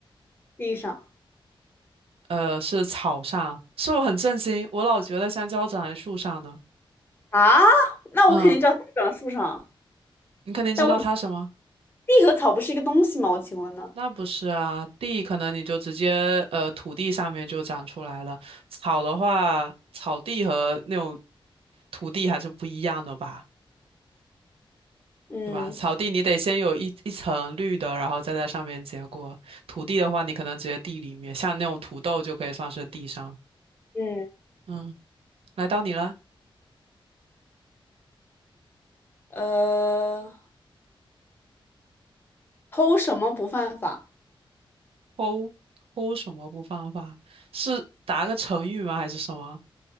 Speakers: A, on the left; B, on the right.
A: 地上
B: 呃，是草上，是我很震惊，我老觉得香蕉长在树上呢。
A: 啊？那我肯定知道它长树上，
B: 嗯，你肯定知道它什么？
A: 但我地和草不是一个东西吗？我请问呢？
B: 那不是啊，地可能你就直接呃土地上面就长出来了，草的话，草地和那种土地还是不一样的吧，
A: 嗯
B: 对吧？草地你得先有一一层绿的，然后再在上面结果。土地的话，你可能直接地里面，像那种土豆就可以算是地上。
A: 嗯，
B: 嗯，来到你了，
A: 呃，偷什么不犯法？
B: 偷偷什么不犯法？是答个成语吗？还是什么？